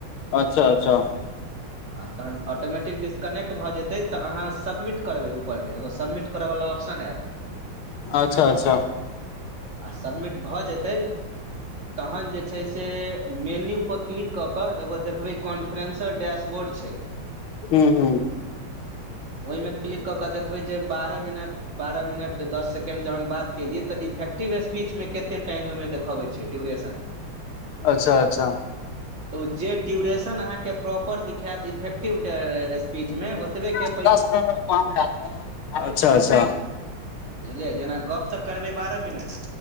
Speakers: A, on the left; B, on the right.
A: अच्छा अच्छा
B: ह तहन ऑटोमैटिक डीस कनेक्ट भऽ जेतै तऽ अहाँ सबमिट करबै ऊपर मे एगो सबमिट करऽवला ऑप्शन आयत
A: अच्छा अच्छा
B: आ सबमिट भऽ जेतै तहन जे छै से मेन्यू प क्लिक कऽ कऽ एगो देखबै कॉन्फ्रेन्सर डैशबोर्ड छै <inaudible>
A: हू हू
B: ओहिमे क्लिक कऽ क देखबै जे बारह मिनट बारह मिनट दस सेकेंड जहन बात केलियै तऽ इफेक एक्टिभ स्पीच मे केते टाइम ओहिमे देखबै छै ड्यूरेशन
A: अच्छा अच्छा
B: तऽ जे ड्यूरेशन अहाँके प्रॉपर दिखेत इफेक्टिव स्पीचमे ओतबेके
A: <unintelligible> अच्छा अच्छा
B: बुझलियै जेना गप तऽ करबै बारह मिनट